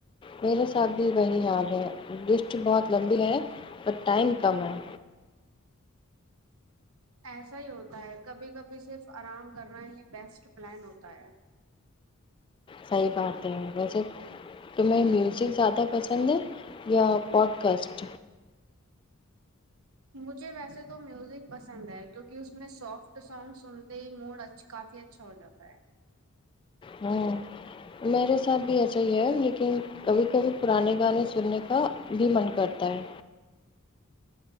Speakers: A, on the left; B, on the right.
A: میرے ساتھ بھی وہی حال ہے لسٹ بہت لمبی ہے پر ٹائم کم ہے
B: ایسا ہی ہوتا ہے کبھی کبھی صرف آرام کرنا ہی بیسٹ پلان ہوتا ہے
A: صحیح بات ہے ویسے تمہیں میوزک زیادہ پسند ہے یا پوڈکاسٹ
B: مجھے ویسے تو میوزک پسند ہے کیونکہ اس میں سافٹ سانگ سنتے ہی موڈ اچھا کافی اچھا اچھا ہو جاتا ہے
A: ہاں میرے ساتھ بھی ایسا ہی ہے لیکن کبھی کبھی پرانے گانے سننے کا بھی من کرتا ہے